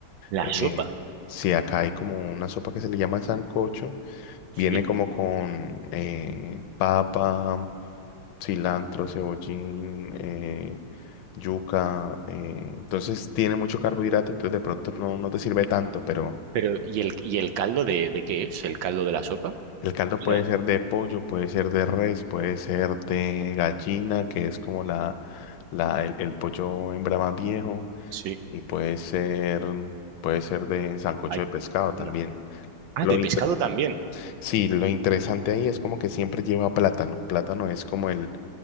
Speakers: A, on the right; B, on the left.
A: La
B: Eh,
A: sopa,
B: si acá hay como una sopa que se le llama sancocho,
A: sí.
B: viene como con eh, papa, cilantro, cebollín, eh, yuca. eh, entonces tiene mucho carbohidrato, entonces de pronto no, no te sirve tanto, pero...
A: Pero, ¿y el, y el caldo de, de qué es? ¿El caldo de la sopa?
B: El caldo
A: O
B: puede
A: sea,
B: ser de pollo, puede ser de res, puede ser de gallina, que es como la, la, el, el pollo hembra más viejo,
A: sí.
B: y puede ser, puede ser de sancocho
A: Ay,
B: de pescado también.
A: anda. Ah,
B: Lo
A: de
B: inter-
A: pescado también.
B: sí, lo interesante ahí es como que siempre lleva plátano. Plátano es como el,